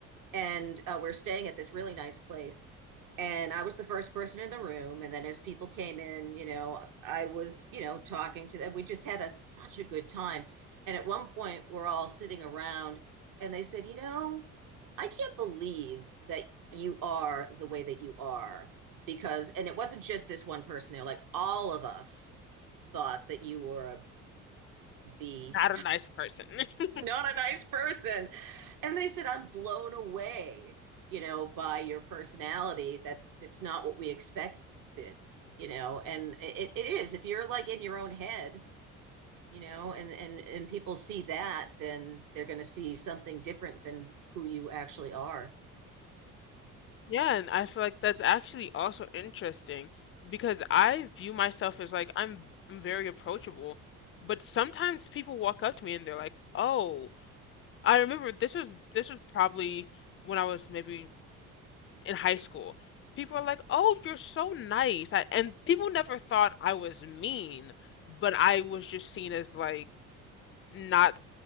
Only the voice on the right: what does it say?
and uh, we're staying at this really nice place and i was the first person in the room and then as people came in you know i was you know talking to them we just had a, such a good time and at one point we're all sitting around and they said you know i can't believe that you are the way that you are because and it wasn't just this one person they're like all of us thought that you were a b
not a nice person. And they said, I'm blown away, you know, by your personality. That's that's not what we expected, you know. And it, it is. If you're like in your own head, you know, and and and people see that, then they're gonna see something different than who you actually are.